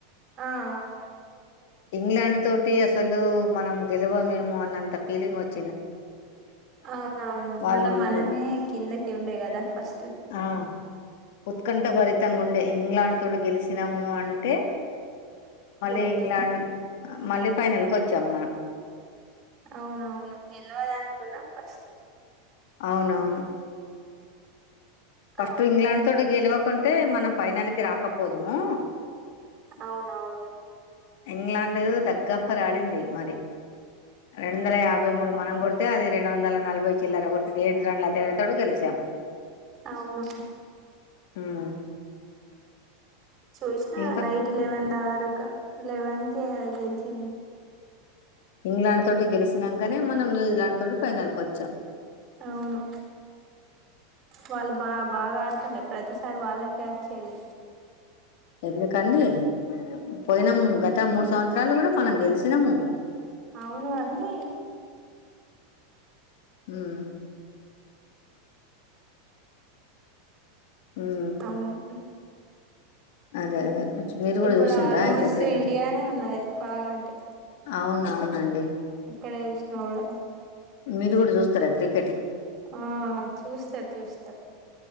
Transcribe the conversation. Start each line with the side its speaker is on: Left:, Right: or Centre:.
Right: ఆ అవును
Left: ఇంగ్లాండ్ తోటి అసలు మనం గెలవమేమో అన్నంత ఫీలింగ్ వచ్
Right: అవునవును
Left: వాళ్ళు
Right: మళ్ళా మనమే కిందకి ఉండే కదా ఫస్ట్
Left: ఆ ఉత్కంఠ బరితంగుండె ఇంగ్లాండ్ తోటి గెలిసినాము అంటె టే మళ్ళి
Right: గ్రేట్
Left: ఇంగ్లాండ్ మళ్ళి ఫైనల్కొచ్చాం మనం
Right: అవునవును గెలవదునుకున్నాం ఫస్ట్
Left: అవునవును ఫస్ట్
Right: ఆ
Left: ఇంగ్లాండ్ తోటి గెలవకుంటే మనం ఫైనల్ కి రాకపోదుము
Right: అవునవును
Left: ఇంగ్లాడు తగ్గఫర్రాడింది మరి రెండు వందల యాభై మూడు మనం కొడితే అది రెండు వందల నలభై చిల్లర కొట్టి ఏడు రండ్ల తేడాతోడు గెలిచాం
Right: అవును
Left: ఉమ్
Right: చూసిన
Left: ఇంకా
Right: నైట్ లేెవంద అవరక లేలవన్ క గచిన
Left: ఇంగ్లాండ్ తోటి గెలిచినాకనే మనం న్యూజిలాండ్ తోటి ఫైనల్ కు వచ్చాం
Right: అవును వాళ్ళు బా బాగా ఆడుతె ప్రతిసారి వాళ్ళకిే వచ్చేది
Left: ఎందుకండి పోయినము గత మూడు సంవత్సరాలు కూడా మనం గెలిచినాము
Right: అవును అని
Left: హమ్ ఉమ్
Right: అవును
Left: అదే అదే మీరు కూడా
Right: ఇప్పుడు
Left: చూసిండ్రా
Right: ఆల్మోస్ట్
Left: అయితే క్రికెట్
Right: ఇండియానే ఉన్నది బాగా అంటే
Left: అవునవునండి
Right: ఎక్కడే విష్ణు కూడా
Left: మీరు కూడా చూస్తారా క్రిక
Right: ఆ చూస్తారు చూస్తారు